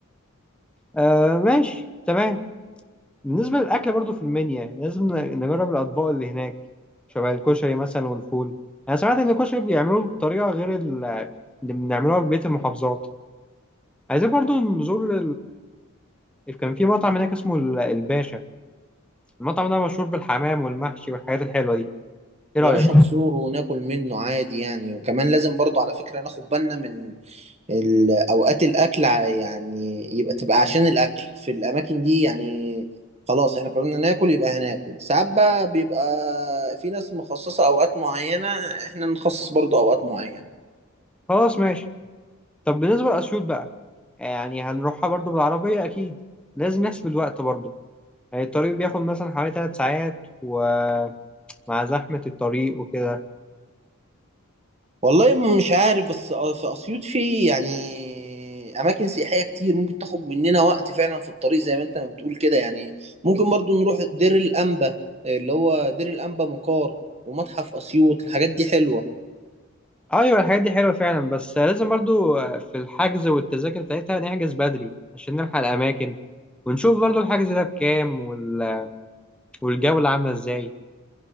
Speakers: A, in the centre; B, on the right.
A: آه ماشي تمام بالنسبة للأكل برضو في المنيا لازم ن- نجرب الأطباق اللي هناك شبه الكشري مثلا والفول أنا سمعت إن الكشري بيعملوه بطريقة غير ال- اللي بنعملوها في بقية المحافظات عايزين برضو نزور كان في مطعم هناك اسمه ال- الباشا المطعم ده مشهور بالحمام والمحشي والحاجات الحلوة دي ايه
B: يا
A: رأيك
B: باشا نزوره وناكل منه عادي يعني وكمان لازم برضو على فكره ناخد بالنا من ال- اوقات الاكل ع- يعني يبقى تبقى عشان الاكل في الاماكن دي يعني خلاص احنا قررنا ناكل يبقى هناكل ساعات بقى بيبقى في ناس مخصصه اوقات معينه احنا نخصص برضو اوقات معينه
A: خلاص ماشي طب بالنسبة لأسيوط بقى يعني هنروحها برضو بالعربية أكيد لازم نحسب الوقت برضو يعني الطريق بياخد مثلا حوالي ثلاث ساعات ومع زحمة الطريق وكده
B: والله مش عارف بس في اسيوط في يعني اماكن سياحيه كتير ممكن تاخد مننا وقت فعلا في الطريق زي ما انت بتقول كده يعني ممكن برضو نروح دير الانبا اللي هو دير الانبا مقار ومتحف اسيوط الحاجات دي حلوه
A: أيوة الحاجات دي حلوة فعلا بس لازم برضو في الحجز والتذاكر بتاعتها نحجز بدري عشان نلحق الأماكن ونشوف برضو الحجز ده بكام وال... والجولة عاملة إزاي